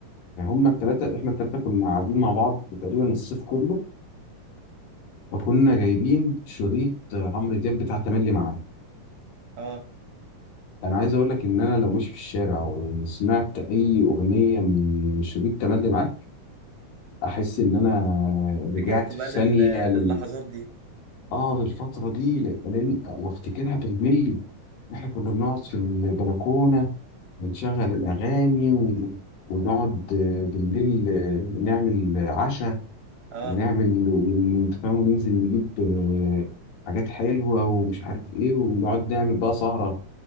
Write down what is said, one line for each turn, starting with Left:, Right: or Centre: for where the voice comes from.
Left: يعني هما التلاتة احنا التلاتة كنا قاعدين مع بعض تقريبا الصيف كله فكنا جايبين شريط عمرو دياب بتاع تملي معانا
Right: اه
Left: انا عايز اقول لك ان انا لو ماشي في الشارع وسمعت اي اغنية من شريط تملي معاك احس ان انا رجعت
Right: رجعت بقى
Left: في
Right: لل...
Left: ثانية ل...
Right: للحظات دي
Left: اه للفترة دي ل- لأن- وافتكرها بالملي احنا كنا بنقعد في البلكونة ونشغل الاغاني و... ونقعد بالليل نعمل عشاء
Right: اه
Left: ونعمل وانت فاهم وننزل نجيب آه، حاجات حلوة ومش عارف ايه ونقعد نعمل بقى سهرة